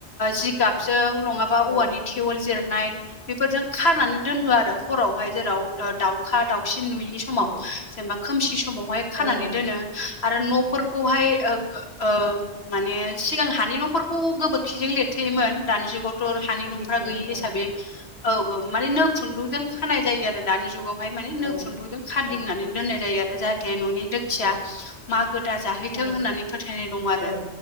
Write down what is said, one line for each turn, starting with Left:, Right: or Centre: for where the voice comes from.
Left: जिगाबजों नङाबा औवानि
Right: औ
Left: थेवल जिरनाय बेफोरजों खानानै दोनो आरो हरावहाय जेराव दाउखा दाउसिन नुयि समाव
Right: औ
Left: जेनेबा खोमसि समावहाय खानानै
Right: औ
Left: दोनो। आरो न'फोरखौहाय
Right: औ
Left: ओ माने सिगां हानि न'खर खौ गोबोरखिजों लिरथोयोमोन दानि जुगाव मटर हानि न'फ्रा
Right: लिरथेयोमोन
Left: गैयि हिसाबै
Right: औ
Left: औ औ माने नो खुन्दुंजों खानाय जायो आरो दानि जुगाव हाय माने नो
Right: औ
Left: खुन्दुंजों खाराददिंनानै
Right: औ
Left: दोननाय जायो आरो जाहाथे न'नि लो थिया
Right: औ
Left: मागो दा जाहैथों
Right: बाहेर
Left: होननानै फोथायनाय दं आरो।
Right: औ